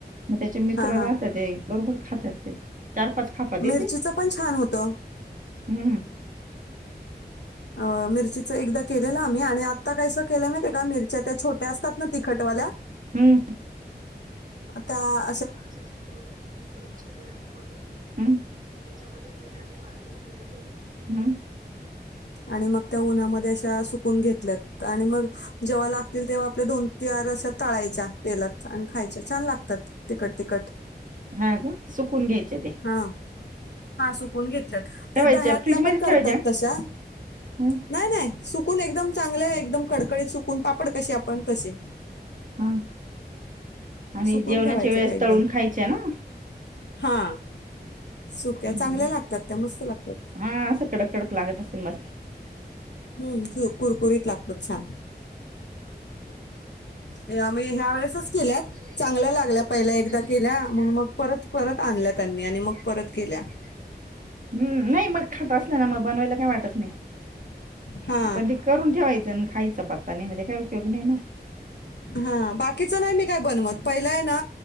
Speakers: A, on the right (about 50°); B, on the left (about 80°).
A: मग त्याचे मित्र
B: हा
A: राहतात ते- बरोबर खात्यात ते. चार पाच खापा
B: मिरचीच
A: देते
B: पण छान होत.
A: हम्म.
B: अ मिरचीच एकदा केलेलं आम्ही आणि आत्ता कायसं केलं माहिते का मिरच्या त्या छोट्या असतात ना तिखटवाल्या-
A: हम्म
B: त्या-
A: अशा सुकवल्यात चिरल्यात मधुन. हम्म त्याच्यामध्ये मीठ आणि हळद भरले थोडी. हम्म.
B: आणि मग त्या उन्हामध्ये अशा सुकून घेतल्यात. आणि मग जेव्हा लागतील, तेव्हा आपल्या दोन चार अस्या तळायच्या तेलात आणि खायच्या. छान लागतात तिखट तिखट
A: हा का सुकून घ्यायच्या त्या
B: हा ण घेत त्या
A: ठेवायच्या
B: दह्यातला
A: फ्रीज मध्ये
B: पण करतात
A: ठेवायच्या
B: तशा
A: ह
B: नाही नाही सुकून एकदम चांगले एकदम कडकडीत सुकून पापड कसे आपण तसे..
A: हा आणि
B: सुकून
A: जेवणाच्या
B: ठेवायचे
A: वेळेस
B: त्या एकदम
A: तळून खायच्या ना
B: हा सुक्या
A: हम्म
B: चांगल्या लागतात त्या मस्त लागतात
A: हा असं कडक कडक लागत असल मस्त
B: <inaudible> <unintelligible> हम्म कुरकुरीत लागतात छान
A: <unintelligible>
B: या- म्हणजे ह्या वेळेसच केल्यात
A: चांगलं
B: चांगल्या लागल्या
A: लागलं
B: पहिल्या एकदा
A: पहिल
B: केल्या
A: केला
B: म्हणून
A: मग परत
B: आणल्या
A: परत
B: त्यांनी आणि मग केल्या
A: <unintelligible> केल्या नाही मग खात मग बनवायला काही वाटत नाही.
B: हा
A: <inaudible> पण ते करून ठेवायचं ना, खायचं पत्ता नाही म्हणजे काय? <unintelligible>
B: हा बाकीच नाही मी काय नाही बनवत. पहिलंय ना